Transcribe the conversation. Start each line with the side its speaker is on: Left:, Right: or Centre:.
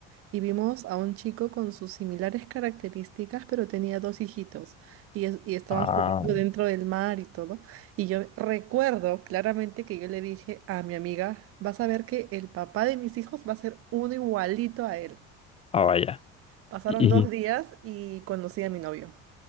Right: y vimos a un chico con sus similares características, pero tenía dos hijitos y, es- y estaban
Left: Ah,
Right: jugando dentro del mar y todo. Y yo recuerdo claramente que yo le dije a mi amiga, vas a ver que el papá de mis hijos va a ser uno igualito a él.
Left: ah, vaya.
Right: Pasaron
Left: Y,
Right: dos días y conocí a mi novio.